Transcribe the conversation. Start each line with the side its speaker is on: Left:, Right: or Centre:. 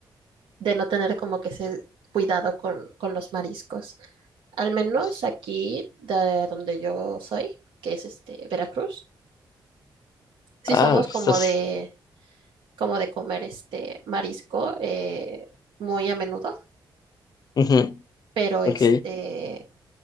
Right: de no tener como que ese cuidado con, con los mariscos. Al menos
Left: sí.
Right: aquí de donde yo soy, que es este Veracruz, sí
Left: Ah,
Right: somos
Left: estás.
Right: como de, como de comer este marisco eh, muy a menudo,
Left: ujú,
Right: pero
Left: ok.
Right: este